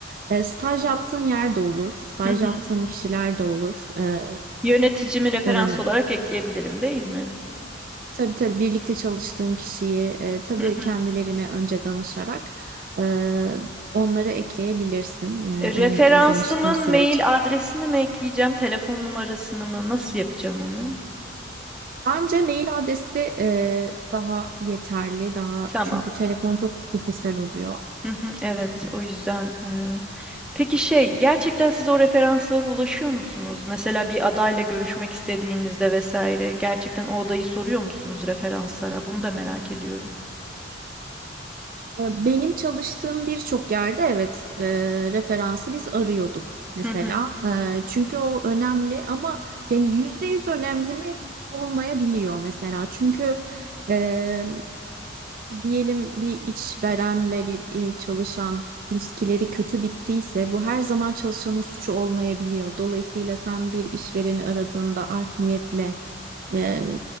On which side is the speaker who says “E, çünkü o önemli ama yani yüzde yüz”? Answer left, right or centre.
Right